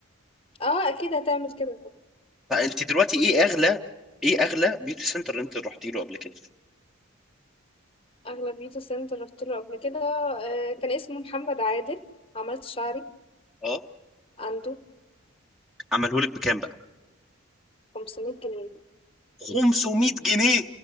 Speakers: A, on the left (about 25°); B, in the centre.
A: اه اكيد هتعمل كده
B: فانت دلوقتي ايه اغلى ايه اغلى بيوتي سنتر انت رحتي له قبل كده
A: اغلبيته سنتر رحت له قبل كده آه، كان اسمه محمد عادل عملت شعري
B: اه
A: عنده
B: عمله لك بكام بقى
A: 500 جنيه
B: 500 جنيه